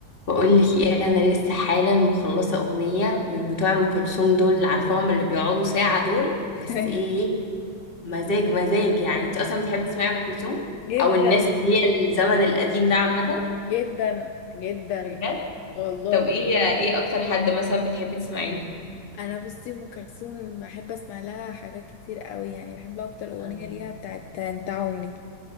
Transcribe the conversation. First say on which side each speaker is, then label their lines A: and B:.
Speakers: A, on the left (about 20°); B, on the left (about 75°).
A: بقولك ايه انا لسه حالا مخلصه اغنيه من بتوع ام كلثوم دول عارفاهم اللي بيقعدوا ساعه دول بس
B: ايوه
A: ايه إيه، مزاج مزاج يعني انت اصلا بتحبي تسمعي ام كلثوم
B: جدا
A: او الناس اللي هي الزمن القديم ده عامه
B: جدا جدا
A: بجد
B: والله
A: طب ايه ايه اكتر حد مثلا بتحبي تسمعي له
B: انا بصي ام كلثوم بحب اسمع لها حاجات كتير قوي يعني بحب اكتر اغنيه
A: أنا-
B: ليها بتاعت انت عمري